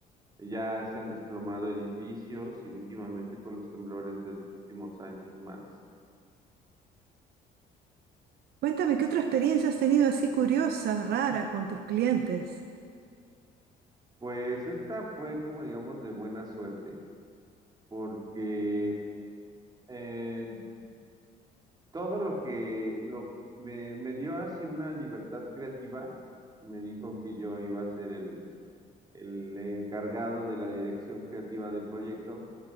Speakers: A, on the right (about 25°); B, on the right (about 70°).
A: Ya se han desplomado edificios y últimamente con los temblores de los últimos años más.
B: Cuéntame, ¿qué otra experiencia has tenido así curiosa, rara con tus clientes?
A: Pues esta fue como digamos de buena suerte, porque eh, todo lo que lo, me, me dio así una libertad creativa, me dijo que yo iba a ser el, el encargado de la dirección creativa del proyecto.